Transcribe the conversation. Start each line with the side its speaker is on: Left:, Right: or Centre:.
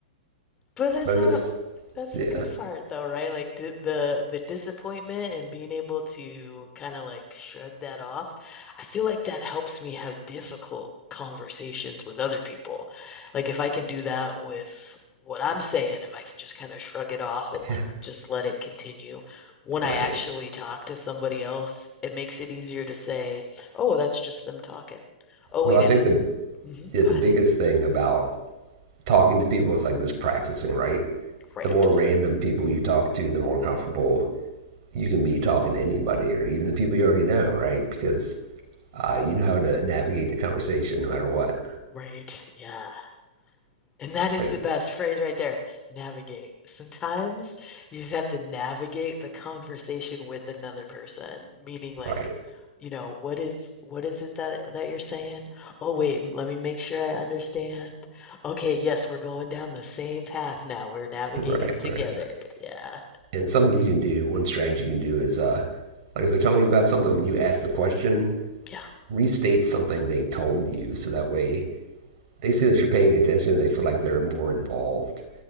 Left: But that's
Right: But
Left: a
Right: if it's
Left: that's
Right: yeah,
Left: the good part though, right? Like d the the disappointment and being able to kind of like shrug that off. I feel like that helps me have difficult conversations with other people. Like if I can do that with what I'm saying, if I can just kind of shrug it off and like
Right: yeah,
Left: just let it continue, when I
Right: right.
Left: actually talk to somebody else, it makes it easier to say, "Oh, well, that's just them talking." Oh,
Right: Well,
Left: wait,
Right: I think
Left: is
Right: the
Left: mm-hmm,
Right: yeah
Left: go
Right: the
Left: ahead.
Right: biggest thing about talking to people is like just practicing, right?
Left: Right.
Right: The more random people you talk to, the more comfortable you can be talking to anybody or even the people you already know, right? Because uh, you know how to navigate the conversation no matter what.
Left: Right. Yeah. And that is
Right: Like,
Left: the best phrase right there. Navigate. Sometimes you just have to navigate the conversation with another person, meaning like,
Right: right,
Left: you know, what is what is it that that you're saying? Oh wait, m- let me make sure I understand. Okay, yes, we're going down the same path now. We're navigating
Right: right,
Left: together.
Right: right.
Left: Yeah.
Right: And something you can do, one strategy you can do is, uh, like if they're telling you about something, when you ask the question,
Left: Yeah,
Right: restate something they told you, so that way they see that you're paying attention. They feel like they're more involved